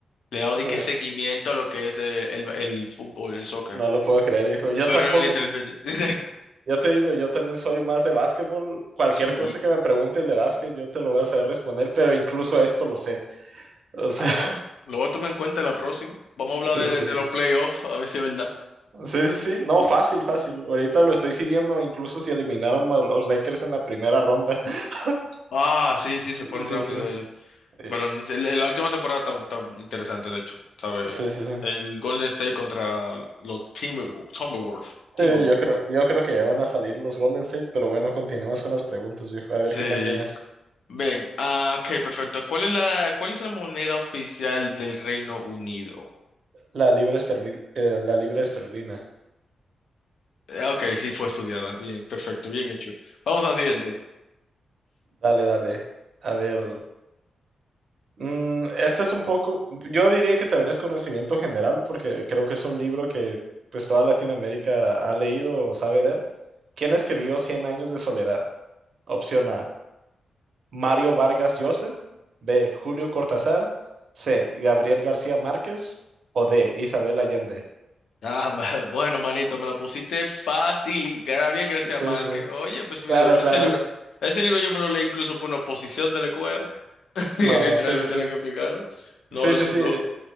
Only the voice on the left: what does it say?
le he dado
de
que seguimiento a lo que es eh, el, el fútbol, el soccer.
Pero
literalmente, <laughs>
sí.
Ah,
bueno. Lo voy a tomar en cuenta la próxima. Vamos a hablar
de,
de- de
los playoffs, a ver si es verdad.
Ah, sí, sí, se fueron
rápido
ellos.
Pero en- en la última temporada está, está interesante, de hecho, ¿sabe?
El Golden State contra los Timberwolves. Timberwolves.
Timberwolves.
Sí.
Ven, ah, ok, perfecto. ¿Cuál es la, cuál es la moneda oficial del Reino Unido?
Eh, Ok, sí fue estudiada. Bien, perfecto, bien hecho. Vamos a la siguiente.
Ah, ma- <laughs> bueno, manito, me la pusiste fácil. Gabriel García
Márquez.
Oye, pues, yo-
ese
libro, ese libro yo me lo leí incluso por una oposición de la escuela. <laughs>
Literalmente
era que explicarlo. No
es
un
flow.